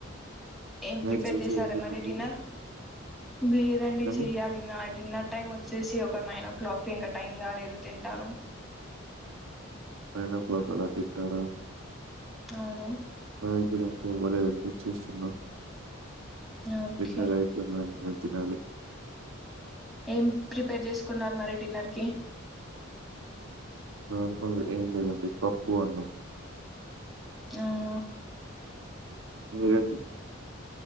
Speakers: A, in the centre; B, on the right.
A: ఏం ప్రిపేర్
B: నైట్ చేశారండి
A: చేసారు మరి
B: డిన్నరు?
A: డిన్నర్ లేదండి
B: అండి
A: చెయ్యాలి నా డిన్నర్ టైమ్ వచ్చేసి ఒక నైన్ ఓ క్లాక్కిి ఇంక టైం కాలేదు తింటాను
B: నైన్ ఓ క్లాక్ అలా తింటారా
A: అవును
B: నాయి గుడ ఇంకవ్వ లేదండీ చూస్తున్నా
A: ఓకే
B: ఎన్నగా అయిపొయినాక తినాలి
A: ఏం ప్రిపేర్ చేసుకున్నారు మరి డిన్నర్ కి
B: నార్మల్ ఏం లేదండీ పప్పు అన్నం
A: అవునా
B: మీరండి